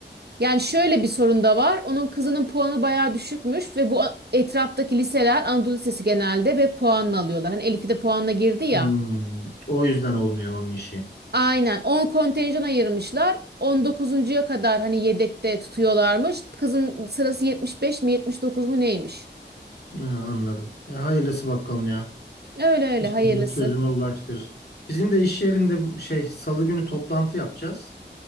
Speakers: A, on the right; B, on the left.
A: Yani şöyle bir sorun da var. Onun kızının puanı bayağı düşükmüş ve bu a- etraftaki liseler Anadolu Lisesi genelde ve puanla alıyorlar. Hani Elif'i de puanla girdi ya.
B: Hmm. O yüzden olmuyor onun işi.
A: Aynen 10 kontenjan ayırmışlar. On dokuzuncuya kadar hani yedekte tutuyorlarmış. Kızın sırası 75 mi 79 mu neymiş?
B: Ha, anladım. E, hayırlısı bakalım ya.
A: Öyle öyle
B: İnşallah
A: hayırlısı.
B: çözüme ulaştırır. Bizim de iş yerinde bu şey Salı günü toplantı yapacağız